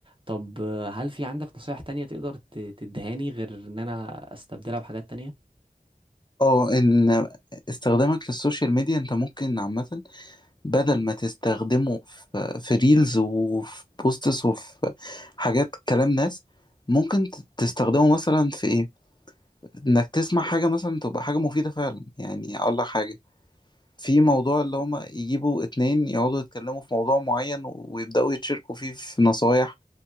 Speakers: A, on the right; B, on the left.
A: طب آه، هل في عندك نصايح تانية تقدر ت- تدهاني غير إن أنا أستبدلها بحاجات تانية
B: اه ان استخدامك للسوشيال ميديا انت ممكن عامة بدل ما تستخدمه في في ريلز وفي بوستس وفي حاجات كلام ناس ممكن ت- تستخدمه مثلا في إيه؟ انك تسمع حاجة مثلا تبقى حاجة مفيدة فعلا يعني اقول لك حاجة في موضوع اللي هما يجيبوا اتنين يقعدوا يتكلموا في موضوع معين ويبدأوا يتشاركوا فيه في نصايح